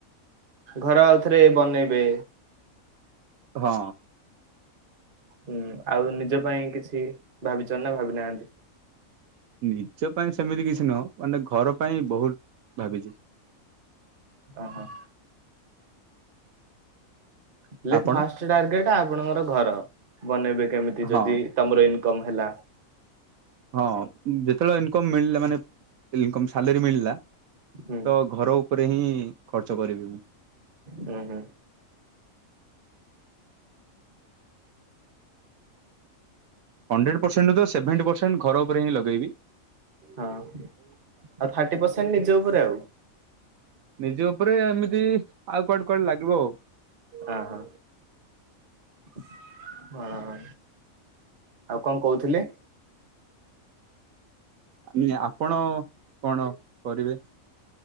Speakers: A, on the right (about 40°); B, on the right (about 75°).
A: ଘର ଆଉ ଥରେ ବନେଇବେ।
B: ହଁ।
A: ହୁଁ ଆଉ ନିଜ ପାଇଁ କିଛି ଭାବିଛ ନା ଭାବି ନାହାନ୍ତି?
B: ନିଜ ପାଇଁ ସେମିତି କିଛି ନୁହଁ ମାନେ ଘର ପାଇଁ ବହୁତ ଭାବିଛି
A: ଅ ହ ହେଲେ
B: ଆପଣ
A: ଫାଷ୍ଟ ଟାର୍ଗେଟ ଆପଣଙ୍କର ଘର ବନେଇବେ କେମିତି
B: ହଁ।
A: ଯଦି ତମର ଇନ କମ୍ ହେଲା
B: ହଁ ଯେତେବେଳେ ଇନ ମିଳିଲା ମାନେ- ଇନ କମ୍ ସାଲେରୀ ମିଳିଲା
A: ହୁଁ
B: ତ ଘର ଉପରେ ହିଁ ଇ - ଖର୍ଚ୍ଚ କରିବି ମୁଁ -
A: ହୁଁ ହୁଁ।
B: ହଣ୍ଡ୍ରେଡ ପରସେଣ୍ଟ ନ ହେଲେ ସେଭେଣ୍ଟି ପରସେଣ୍ଟ ଘର ଉପରେ ହିଁ ଲଗେଇବି
A: ହଁ - ଆଉ ଥାର୍ଟି ପରସେଣ୍ଟ ନିଜ ଉପରେ ଆଉ -
B: ନିଜ ଉପରେ ଏମିତି- ଆଉ କୁଆଡେ କୁଆଡେ ଲାଗିବ ଆଉ
A: ହଁ ହଁ - ହଁ ଆଉ କଣ କହୁଥିଲେ?
B: ମି - ଆପଣ କଣ କରିବେ?